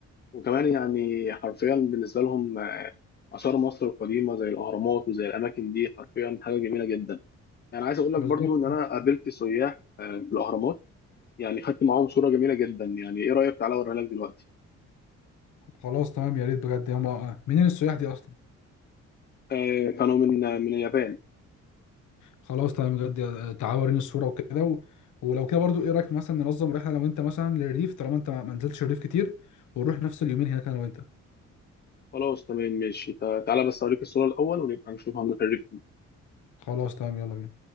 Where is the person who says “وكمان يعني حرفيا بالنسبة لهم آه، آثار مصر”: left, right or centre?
Left